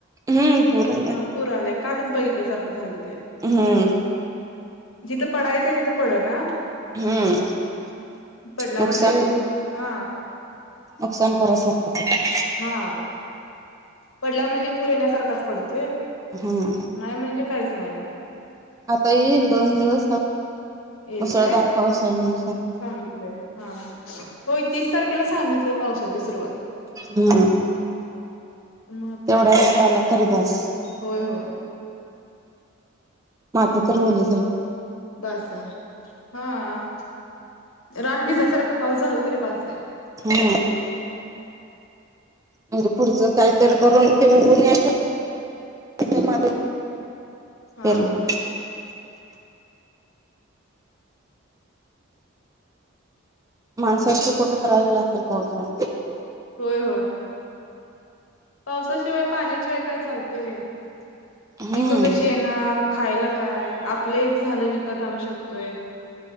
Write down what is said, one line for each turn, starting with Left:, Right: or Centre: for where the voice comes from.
Right: हम्म पूर आलाय
Left: हा पुर आलाय कालच बैिघितल्यासारखं झालं ते
Right: हम्म
Left: जिथं पडायचंअ तिथं पड ना
Right: हम्म
Left: पडला
Right: नुकसान
Left: म्हणजे पू हा
Right: नुकसान करासारखं पडलं
Left: हा पडला म्हणजे पूर येण्यासारखाच पडतोय
Right: ह
Left: नाही म्हणजे काहीच नाही मग
Right: आता येईल दोन दिवसात
Left: येईल
Right: मुसळधार
Left: काय?
Right: पावस आहे ना
Left: सांगितलंय हा हा होय तीस तारखेला सांगितलंय पावसाची सुरुवात
Right: हम्म
Left: मग
Right: तेवढा
Left: आता
Right: जरी झाला तरी बास
Left: होय होय
Right: माथे तर ओले झाले
Left: बास आहे हा आ रान भिजायेसारका पाऊस झाला तरी बास आहे
Right: हु पुड पुढचं काहीतरी करून ते उगुन ययाच ते
Left: हा
Right: मातीत
Left: हा
Right: पेरलेल
Left: <unintelligible>
Right: माणसांचं कुठं तर ऐकलं आसल पावसान
Left: होय होय पावसाशिवाय पाण्याची वय काही चालत होय पिकं
Right: हम्म
Left: कशी येणार खायला काय आपलं एक झालं विकत आणू शकतोये